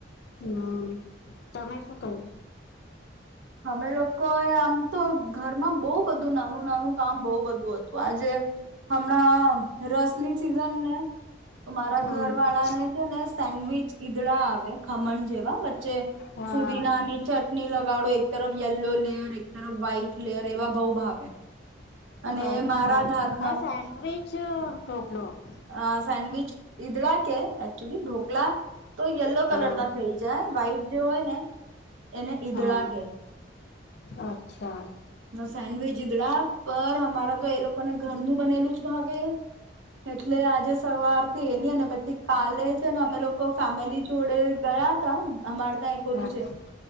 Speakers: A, on the left (about 55°); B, on the right (about 80°).
A: હમ્મ, તમે શું કર્યું?
B: અમે લોકો એ આમ તો ઘરમાં બહુ બધું નાનું નાનું કામ બહુ બધું હતું આજે હમણાં ના રસ ની સિઝન ને તો મારા
A: હમ
B: ઘર વાળાને છે ને સેન્ડવીચ ઈદડા આવે ખમણ જેવા વચ્ચે
A: હા
B: ફુદીનાની ચટણી લગ <unintelligible> તરફ યલો લેયર એક તરફ વ્હાઈટ લેયર એવા બહુ ભાવે. અને
A: અચ્છા
B: એ મારા જ હાથ
A: આ સેડવિચ <unintelligible>
B: અ સેન્ડવિચ ઈદડા કે એક્ચુલી ઢોકલા. તો યલો
A: હા
B: કલર ના થઈ જાય વ્હાઈટ જે હોય ને એને ઈધડા
A: હા
B: કે.
A: અચ્છા.
B: સેન્ડવીચીઈદડા પર અમારા તો એ લોકોને ઘરનું બનેલું જ ભાવે એટલે આજે સવાર થી એની અને પછી કાલે છે ને અમે લોકો ફેમિલી જોડે ગયા તા. અમાર ત્યાં ઓલું
A: હા
B: છે